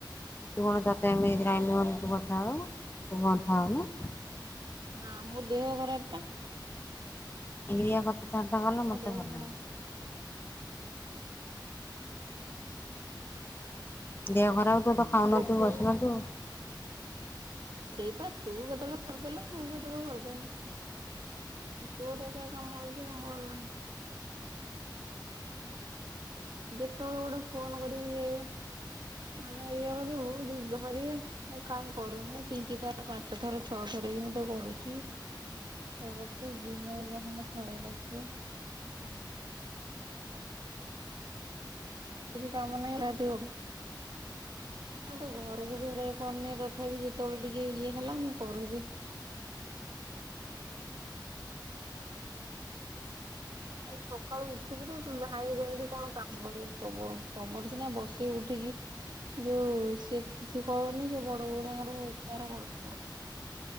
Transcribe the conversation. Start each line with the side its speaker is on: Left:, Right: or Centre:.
Left: ତୁ କଣ
Right: ହୁଁ
Left: ତତେ ଏମିତି ଟାଇମ୍ ହଉନି ତୁ କଥା ହବାକୁ? ତୁ କଥା ହଉନୁ।
Right: ନାଁ ମୋ ଦେହ ଖରାପ ପା।
Left: ଏଇଆ କଥାବାର୍ତ୍ତା କଲେ
Right: ମୋ
Left: ମତେ
Right: ଦେହ
Left: ଭଲ
Right: ଖରାପ
Left: ଲାଗେନି। ଦେହ ଖରାପ ତୁ ତ ଖାଉ
Right: ନା
Left: ନଥୁବୁ
Right: ତୁ
Left: ବସୁ ନଥୁବୁ।
Right: ସେଇପା ତୁ କେତୋଳେ କରିଦେଲୁ ମୁଁ କେତୋଳେ କରିଦେନି ଏ ତୋର ଏକା ତମର ଯେ ଆମର ନାହିଁ। ଯେତୋଳେ ଗୋଟେ ଫୋନ୍ କରିବୁ ଇଏ ମାନେ ଇଏ କରିବୁ ଯଦି ଧରିବେ ମୁଁ କାଇଁ କରୁନେଇ ପିଙ୍କି ତାର ପାଞ୍ଚ ଥର ଛଅ ଥର କି ମତେ କରୁଚି। ଇଏ କରୁଚି ଦିନରେ ଯାହା ହେନେ ଥରେ କରୁଚି। କିଛି କାମ ନାହିଁ ରାତି ଗ ମୁଁ ତ ଘରୁକୁ ଫେର ଇଏ କରୁନେଇ ତଥାପି ଯେତୋଳେ ଟିକେ ଇଏ ହେଲା ମୁଁ କରୁଚି। ଏ ସକାଳୁ ଉଠିବୁ ନା ତୁ ଧାଇଁବୁ କେମିତି କଣ କାମ କରିବୁ ସବୁ ତମର ସିନା ବସି ଉଠିକି ଯୋଉ ସିଏ କିଛି କରୁନି ସେ ବଡ଼ ବୋଉ ତାଙ୍କର ବେପାର କରୁଥୁବ।